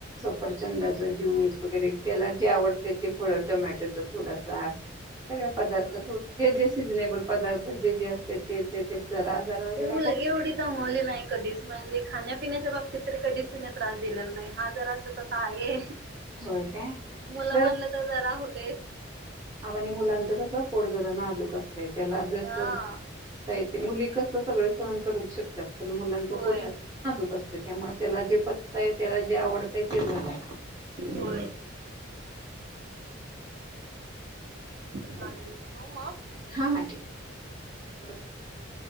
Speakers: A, on the right; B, on the right.
A: प्रचंदाचा ज्यूस वगैरे त्याला जे आवडते ते फळ टोमॅटोच थोडासाग सगळ पदार्थ
B: हम्म.
A: जे सिझनेबल पदार्थ जे जे असते ते जरा जरा
B: ण
A: जरा
B: मुलगी
A: पोट
B: एवढी दंगवली नाही कधीच म्हणजे खाण्यापिण्याच्या बाबतीत तरी कधीच तिने त्रास दिलेला नाही हा जरा असं तसा आहे
A: होय काय
B: मुलं
A: जरा
B: म्हणलं तर जरा होत
A: आणि मुलांच कस पोडझरण नाजूक असतय त्याला जस
B: हा
A: ेते मुली कस सगळं सहन करू शकतात पण मुलांचा
B: होय
A: कोठा माजूप असत त्यामुळे त्याला जे पचतय त्याला जे आवडतय तेच झालाय
B: हो चालेल मग
A: हा हां ठीक